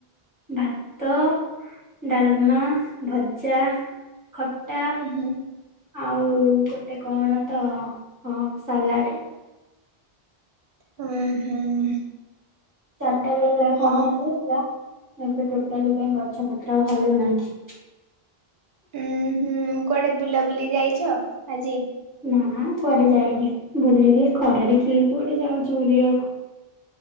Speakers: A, on the right (about 20°); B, on the right (about 60°).
A: ଭାତ ଡାଲମା ଭଜା ଖଟା।
B: ଉଁ ହୁଁ
A: ଆଉ ଗୋଟେ କଣ ତ ହଁ ସାଲାଡ।
B: ହୁଁ ହୁଁ।
A: ଚାରିଟା ବେଳେ ପୁରା
B: ହଁ।
A: ପବନ ଦୋଉଥିଲା ଏବେ ଟୋଟାଲି କାଇଁ ଗଛ ପତ୍ର ଆଉ ହଲୁନାହିଁ।
B: ଉୁଁ ହୁଁ କୁଆଡେ ବୁଲା ବୁଲି ଯାଇଛ ଆଜି?
A: ନା ନା କୁଆଡେ ଯାଇନି ବୁଲିବି ଖରାରେ କିଏ କୁଆଡେ ଯାଉଛି ବୁଲିବାକୁ।